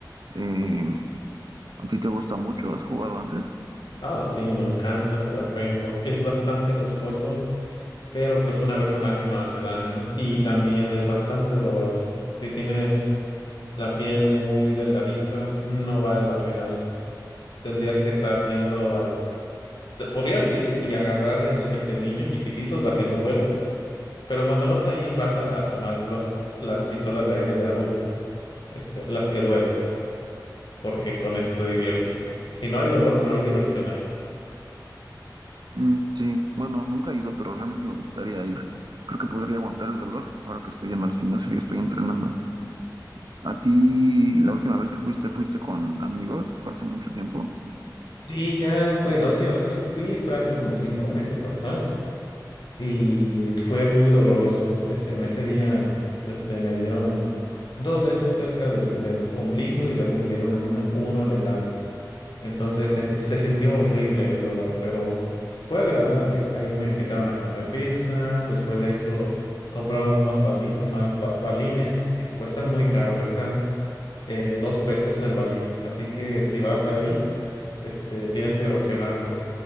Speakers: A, on the right; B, on the left.
A: Eh, ¿A ti te gusta mucho? ¿Has jugado antes?
B: Ah, sí, me encanta jugar paintball. Es bastante costoso, pero pues una vez al año no hace daño. Y también es bastante doloroso. Si tienes la piel muy delgadita, no vale la pena ir. Tendrías que estar yendo al... te- podrías ir y agarrar el, el de niños chiquititos, la que no duele, pero cuando vas ahí vas a, a tomar los, las pistolas de aire de adulto, este, las que duelen. porque con eso te diviertes. Si no hay dolor, no hay diversión ahí.
A: Mm, sí, bueno, nunca he ido, pero realmente me gustaría ir. Creo que podría aguantar el dolor ahora que estoy yendo al gimnasio y estoy entrenando. ¿A ti la última vez que fuiste, fuiste con amigos? ¿Fue hace mucho tiempo?
B: Sí, ya fue. La última vez que fui fue hace como cinco meses atrás. Y fue muy doloroso. Ese- en ese día, este, me dieron dos veces cerca del, del ombligo y luego me dieron una- uno en el labio. Entonces senti- se sintió horrible el dolor, pero fue agradable. Ahí me invitaban a comer pizza. Después de eso, compramos más, bali- eh, más ba- balines que cuestan muy caro, cuestan eh, dos pesos el balín. Así que si vas ahí, este, tienes que racionarlo.